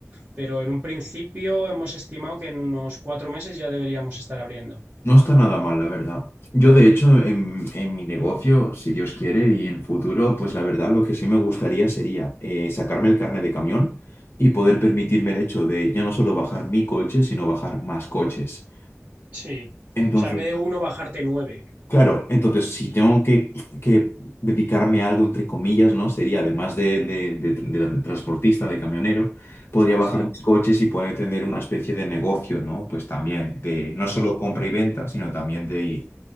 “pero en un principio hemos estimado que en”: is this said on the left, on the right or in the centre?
Right